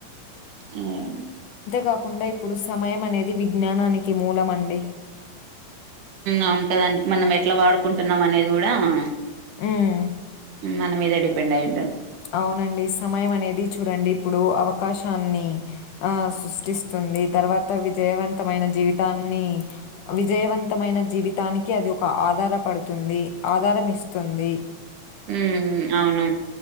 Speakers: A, on the right (about 75°); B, on the left (about 75°).
A: అదేండి
B: కాకుండా ఇప్పుడు సమయం అనేది విజ్ఞానానికి మూలంమండి
A: అవును కదండి మనం ఎట్లా వాడుకుంటున్నాం అనేది కూడా ఆ
B: హ్మ్.
A: మన మీదే డిపెండ్అయి
B: అవునండి సమయం అనేది చూడండి ఇప్పుడు అవ అవకాశాన్ని ఆ సృష్టిస్తుంది తర్వాత విజయవంతమైన జీవితాన్ని విజయవంతమైన జీవితానికి అది ఒక ఆధార పడుతుంది ఆధారం ఇస్తుంది
A: ఉ అవును